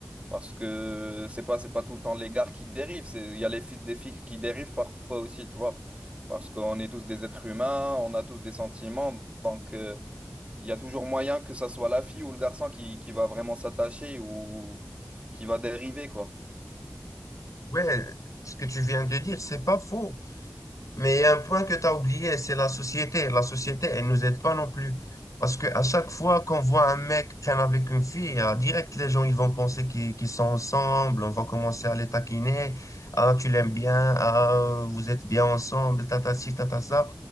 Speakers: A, on the right; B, on the left.
A: Parce que c'est pas, c'est pas tout le temps les gars qui dérivent, c'est, il y a les filles des filles qui dérivent parfois aussi, tu vois. Parce qu'on est tous des êtres humains, on a tous des sentiments, donc euh, il y a toujours moyen que ça soit la fille ou le garçon qui, qui va vraiment s'attacher ou qui va dériver, quoi.
B: Ouais, ce que tu viens de dire, c'est pas faux. Mais il y a un point que tu as oublié, c'est la société. La société, elle nous aide pas non plus. Parce que à chaque fois qu'on voit un mec traîner avec une fille, euh, direct, les gens, ils vont penser qu'ils qu'ils sont ensemble, on va commencer à les taquiner. Ah, tu l'aimes bien, ah, vous êtes bien ensemble, tata ci, tata ça.